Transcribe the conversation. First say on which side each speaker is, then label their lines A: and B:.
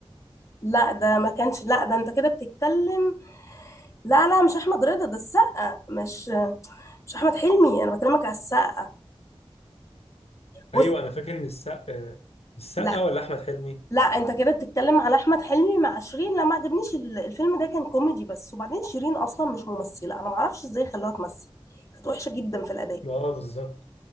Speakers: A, on the left; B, on the left.
A: لا ده ما كانش لا ده انت كده بتتكلم لا لا مش احمد رضا ده السقا مش مش احمد حلمي انا بكلمك على السقا بص
B: ايوه انا فاكر ان السقا السقا
A: لا
B: ولا احمد حلمي
A: لا انت كده بتتكلم على احمد حلمي مع شيرين لا ما عجبنيش ال- الفيلم ده كان كوميدي بس وبعدين شيرين اصلا مش ممثله انا ما اعرفش ازاي خلوها تمثل كانت وحشه جدا في الاداء
B: اه بالظبط